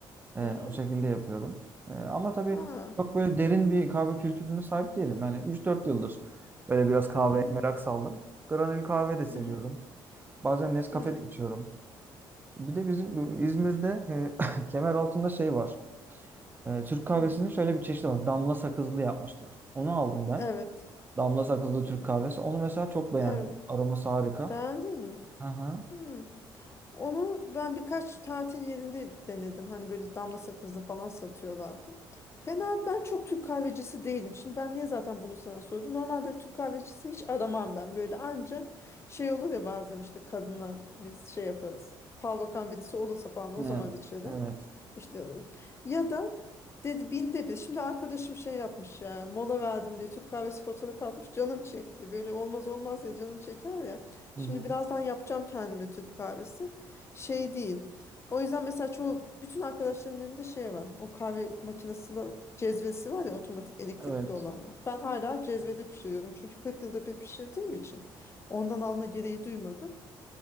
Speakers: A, on the right (about 20°); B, on the left (about 30°).
A: E,
B: Hı hı.
A: o şekilde yapıyorum. E, ama tabii
B: Ha.
A: çok böyle derin bir kahve kültürüne sahip değilim. Yani üç dört yıldır böyle biraz kahveye
B: Hı hı.
A: merak saldım. Granül kahve de seviyorum.
B: Hı hı.
A: Bazen Nescafe
B: Hı.
A: de içiyorum. Bir de bizim bu İzmir'de e, <laughs> kemer altında şey var. E, Türk kahvesinin
B: Hı.
A: şöyle bir çeşidi var. Damla sakızlı yapmışlar. Onu aldım ben.
B: Evet.
A: Damla sakızlı
B: Hı.
A: Türk kahvesi. Onu mesela çok beğendim.
B: Evet.
A: Aroması harika.
B: Beğendin mi?
A: Aha.
B: Hı. Onu ben birkaç tatil yerinde denedim. Hani böyle damla sakızlı falan satıyorlardı. Fena ben çok Türk kahvecisi değilim. Şimdi ben niye zaten bunu sana sordum? Normalde Türk kahvecisi hiç aramam ben. Böyle anca şey olur ya bazen işte kadınlar biz şey yaparız. Fal bakan birisi olursa falan
A: Ha,
B: o zaman içerim.
A: evet.
B: İşte o- ya da dedi binde bir. Şimdi arkadaşım şey yapmış ya mola verdim diye Türk kahvesi fotoğrafı atmış canım çekti. Böyle olmaz olmaz ya canın çeker ya. Şimdi
A: Hı hı.
B: birazdan yapacağım kendime Türk kahvesi. Şey değil. O yüzden mesela çoğu bütün arkadaşlarımın evinde şey var. O kahve makinesiyle cezvesi var ya otomatik elektrikli
A: Evet.
B: olanla. Ben hala cezvede pişiriyorum. Çünkü 40 yılda bir pişirdiğim için ondan alma gereği duymadım.